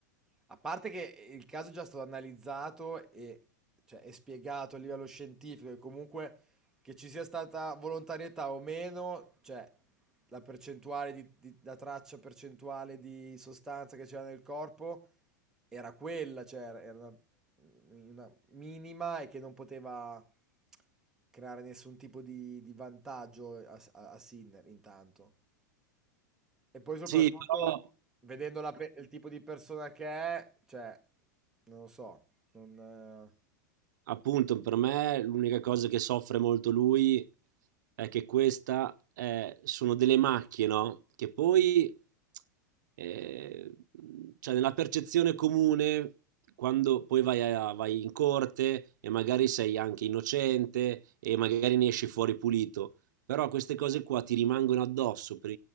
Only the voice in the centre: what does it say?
A parte che il caso è già stato analizzato e cioè, è spiegato a livello scientifico e comunque che ci sia stata volontarietà o meno, cioè la percentuale di, di- la traccia percentuale di sostanza che c'era nel corpo era quella, cioè era era una, una minima e che non poteva creare nessun tipo di, di vantaggio a, a- a Sinner intanto. E poi soprattutto,
vedendo la pe- il tipo di persona che è, cioè, non lo so, non... eh,